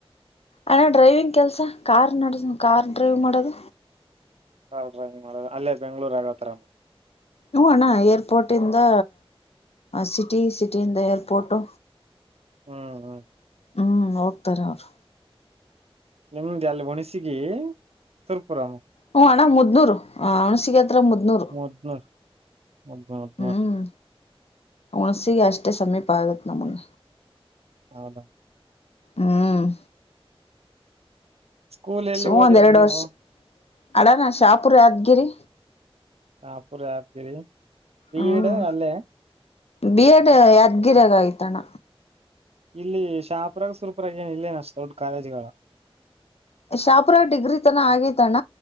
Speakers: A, on the left; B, on the right.
A: ಅಣ್ಣ ಡ್ರೈವಿಂಗ್ ಕೆಲ್ಸ ಕಾರ್ ನಡಸ ಕಾರ್ ಡ್ರೈವ್ ಮಾಡೋದ
B: ಹಾ ಡ್ರಾವಿಂಗ್ ಮಾಡದೊ ಅಲ್ಲೇ ಬೆಂಗಳೂರು ಆಗತಾರಮ್ಮ
A: ಹು ಅಣ್ಣ ಏರ್ಪೋರ್ಟಿಂದ ಸಿಟಿ ಸಿಟಿಯಿಂದ ಏರ್ಪೋರ್ಟು
B: ಹ್ಮ್ ಹ್ಮ
A: ಹ್ಮ್ ಹೋಗ್ತಾರೆ ಅವ್ರು
B: ನಿಮ್ದ ಅಲ್ಲಿ ಹುಣಸಿಗೆ ಸುರ್ಪುರಮ್ಮ.
A: ಹ್ ಅಣ್ಣ ಮುದ್ನೂರು ಹಣ್ಸಿಗೆ ಹತ್ರ ಮುದ್ನೂರು
B: <unintelligible> ಹೌದ
A: ಹ್ಮ್ ಹುಣಸಿಗೆ ಅಷ್ಟೇ ಸಮೀಪ ಆಗತ್ ನಮ್ಗ್
B: ಹೌದಾ
A: ಹ್ಮ್.
B: ಸ್ಕೂಲ್ ಎಲ್ಲಿ
A: ಸುಮನ್
B: ಓದಿರೋದ್
A: ಒಂದ್ ಎರಡ
B: ನೀವು
A: ವರ್ಷ ಅಡಾ ನಾ ಶಾಪುರ್ ಯಾದ್ಗಿರಿ.
B: ಶಾಪುರ ಯಾದಗಿರಿ ಬಿ
A: ಹ್ಮ್
B: ಎಡ್ ಅಲ್ಲೇ.
A: ಬಿ ಎಡ್ ಯಾದ್ಗಿರಾಗ ಆಗಿತ ಅಣ್ಣ.
B: ಇಲ್ಲಿ ಶಾಪರರ್ಯಗ ಸುರಪೂರ್ಯಗ ಏನ್ ಇಲ್ಲೇನ್ ಅಷ್ಟ ದೊಡ್ಡ ಕಾಲೇಜ್ಗಳ ಅವ.
A: ಶಾಪುರ ಡಿಗ್ರಿ ತನ ಆಗಿತ ಅಣ್ಣ